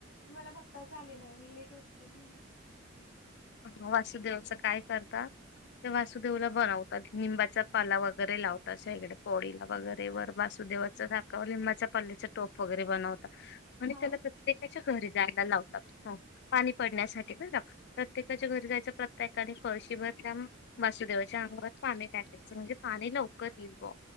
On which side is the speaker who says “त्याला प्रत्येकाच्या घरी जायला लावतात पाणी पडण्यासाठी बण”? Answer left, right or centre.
Left